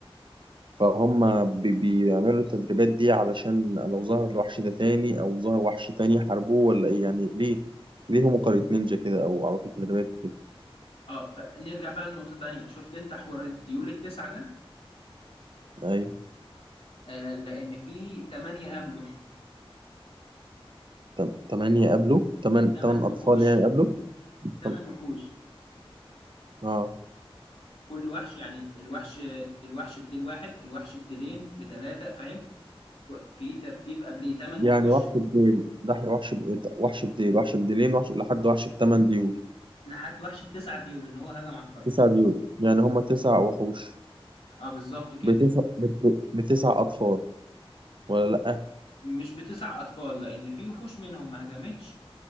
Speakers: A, on the right; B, on the left.
A: فهم بي- بيعملوا التدريبات دي علشان لو ظهر الوحش ده تاني أو ظهر وحش تاني يحاربوه ولا إيه يعني ليه؟ ليه هم قرية نينجا كده أو على طول تدريبات وكده؟
B: اه فنرجع بقى لنقطة تانية شفت انت حوار الديول التسعة ده
A: أيوة
B: آه لأن في تمانية قبله
A: تم- تمانية قبلوا
B: <laughs>
A: تمن
B: تمن
A: تمن
B: وحوش
A: أطفال يعني قبلوا
B: كل تمن
A: تم-
B: وحوش
A: اه
B: كل وحش يعني الوحش الوحش بديل واحد الوحش بديلين بتلاتة فاهم في ترتيب قبليه تمن
A: يعني
B: وحوش
A: وحش بديل ده وحش بإيه ده؟ وحش بديل وحش بديلين وحش لحد وحش بتمن ديول
B: لحد وحش التسعة ديول اللي هو هجم على القرية
A: تسع ديول يعني هما تسع وحوش
B: اه بالظبط كده
A: بتسع بت- ب- بتسع أطفال ولا لأ
B: مش بتسع اطفال لان في وحوش منهم ما هجمتش